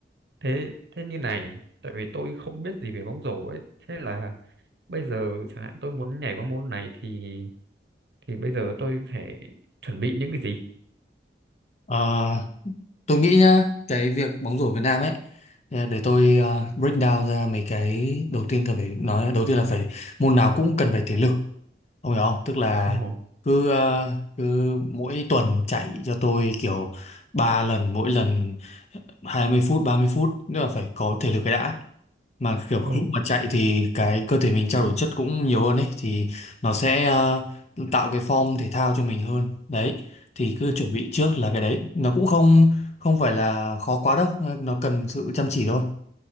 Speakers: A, on the right; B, on the left.
A: Thế thế như này, tại vì tôi không biết gì về bóng rổ ấy, thế là bây giờ chẳng hạn tôi muốn nhảy qua môn này thì thì bây giờ tôi phải chuẩn bị những cái gì?
B: Ờ, tôi nghĩ nhá, cái việc bóng rổ Việt Nam ấy ờ, để tôi ờ, break down ra mấy cái đầu tiên cần phải nói đầu tiên là phải môn nào cũng cần phải thể lực, ông hiểu không? Tức là
A: Ồ,
B: cứ ờ, cứ mỗi tuần chạy cho tôi kiểu ba lần mỗi lần 20 phút, 30 phút, nữa là phải có thể lực cái đã. mà kiểu
A: ồ,
B: lúc mà chạy thì cái cơ thể mình trao đổi chất cũng nhiều hơn ấy thì nó sẽ ờ, tạo cái form thể thao cho mình hơn đấy thì cứ
A: ừ,
B: chuẩn bị trước là cái đấy nó cũng không không phải là khó quá đâu nó cần sự chăm chỉ thôi